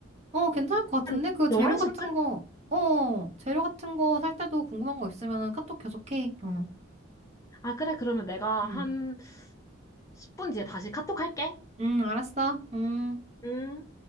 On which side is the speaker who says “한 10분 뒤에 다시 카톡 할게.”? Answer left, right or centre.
Left